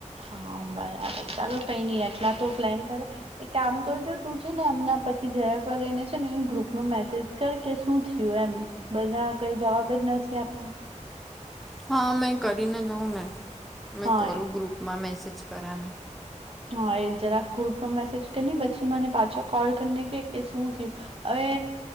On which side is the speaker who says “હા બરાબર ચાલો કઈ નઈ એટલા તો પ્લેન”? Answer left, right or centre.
Right